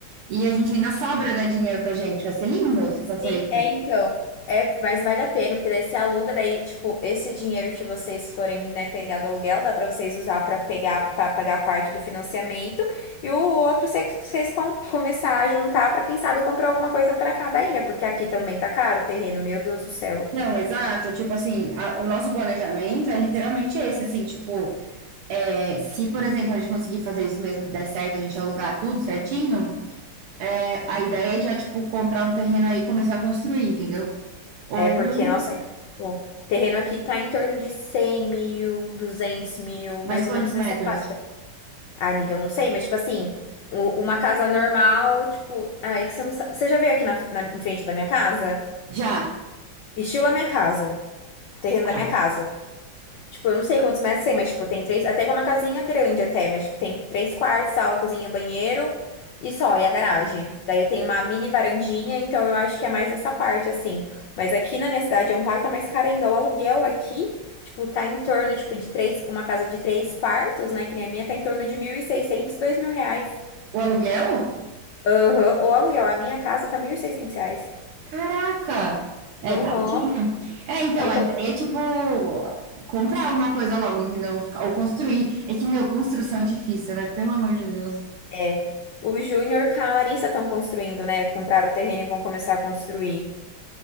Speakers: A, on the right; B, on the left.
A: E a gente ainda sobra, né, dinheiro pra gente. Vai ser lindo se
B: sim,
A: acontecer isso.
B: é, então, é, mas vale a pena, porque daí você aluga, daí, tipo, esse dinheiro que vocês forem, né, pegar do aluguel, dá pra vocês usar pra pegar, para pagar parte do financiamento, e o outro vocês, vocês com- começar a juntar pra, quem sabe, comprar alguma coisa pra cada aí, né, porque aqui também tá caro o terreno, meu Deus do céu.
A: Não, exato. Tipo assim, a- o nosso planejamento é literalmente esse, assim, tipo, é, se, por exemplo, a gente conseguir fazer isso mesmo, der certo, a gente alugar tudo certinho, é, a ideia é já, tipo, comprar um terreno aí e começar a construir, entendeu? Ou,
B: É porque, nossa, o terreno aqui tá em torno de 100 mil, 200 mil,
A: mas
B: mais
A: quantos
B: ou menos
A: metros?
B: nessa faixa. Ai, amiga, eu não sei, mas, tipo assim, u- uma casa normal, tipo. Ai, que você não sabe. Você já veio aqui na, na- em frente da minha casa?
A: Já.
B: Estilo a minha casa, o terreno
A: Tá.
B: da minha casa. Tipo, eu não sei quantos mais tem, mas, tipo, tem três. Até que é uma casinha grande, até, mas, tipo, tem três quartos, sala, cozinha, banheiro e só, e a garagem. Daí eu tenho uma mini varandinha, então eu acho que é mais nessa parte, assim. Mas aqui na minha cidade, Amparo tá mais caro ainda. O aluguel aqui, tipo, tá em torno, tipo, de três. Uma casa de três quartos, né, que nem a minha, tá em torno de 1.600, dois mil reais.
A: O aluguel?
B: Aham, O aluguel, a minha casa tá 1.600 reais.
A: Caraca! É,
B: Aham.
A: tá altinho. É, então,
B: É, então,
A: a ideia é, tipo, comprar alguma coisa logo, entendeu? Ou construir. É que, meu, construção é difícil, né? Pelo amor de Deus.
B: é. O Júnior com a Larissa estão construindo, né? Compraram o terreno e vão começar a construir.